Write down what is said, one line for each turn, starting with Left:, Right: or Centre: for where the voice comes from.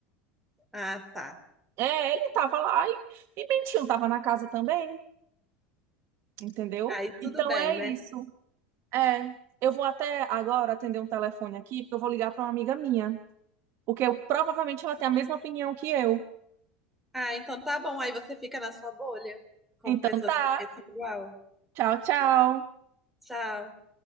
Centre: Ah, tá.
Right: É, ele estava lá e, e Bentinho estava na casa também, entendeu?
Centre: Aí tudo
Right: Então
Centre: bem,
Right: é
Centre: né?
Right: isso. É, eu vou até agora atender um telefone aqui, porque eu vou ligar para uma amiga minha, porque eu- provavelmente ela tem a mesma opinião que eu.
Centre: Ah, então tá bom, aí você fica na sua bolha, com
Right: Então
Centre: pessoas
Right: tá,
Centre: que pensam igual.
Right: tchau, tchau.
Centre: Tchau.